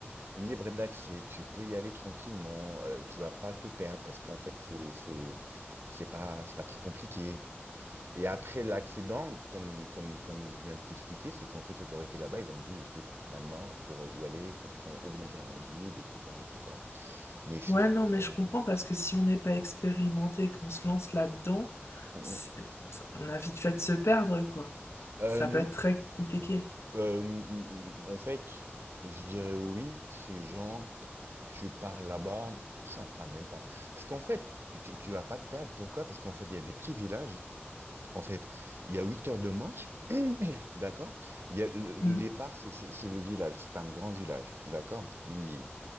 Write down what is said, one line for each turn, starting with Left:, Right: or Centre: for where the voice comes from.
Right: libre d'accès. Tu peux y aller tranquillement. euh, tu vas pas te perdre parce qu'en fait, c'est, c'est, c'est pas, c'est pas trop compliqué. Et après l'accident, comme, comme, comme je viens de t'expliquer, c'est qu'en fait, l'autorité là-bas, ils ont dit que maintenant, pour y aller, il faut prendre, obliger un guide, etc., etc. Mais sinon,
Left: Ouais, non,
Right: globalement,
Left: mais je comprends parce que si on n'est pas expérimenté et qu'on se lance là-dedans,
Right: Mm,
Left: c'est-
Right: mm.
Left: on a vite fait de se perdre, quoi.
Right: Euh,
Left: Ça peut être très compliqué.
Right: Euh, n- n- en fait, je dirais oui, si genre tu pars là-bas, ça enfin même pas. Parce qu'en fait, tu, tu vas pas te perdre. Pourquoi? Parce qu'en fait, il y a des petits villages. En fait, il y a 8 heures de marche, <clears throat> d'accord? Il y a le, le
Left: Mhm.
Right: départ, c'est c'est- c'est le village, c'est un grand village, d'accord? Imnin.